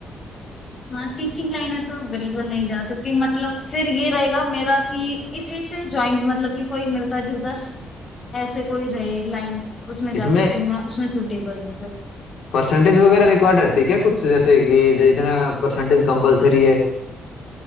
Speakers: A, on the left (about 45°); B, on the left (about 70°).
A: हाँ टीचिंग लाइन में तो बिल्कुल नहीं जा सकती मतलब फिर ये रहेगा मेरा कि इसी से ज्वाइंट मतलब कि कोई मिलता जुलता स- ऐसे कोई रहे लाइन उसमें
B: इसमें
A: जा सकती हूँ मैं उसमें सुटेबल हूँ फिर
B: परसेंटेज वगैरह रिक्वायर्ड रहती है क्या कुछ जैसे कि जे- इतना परसेंटेज कंपलसरी है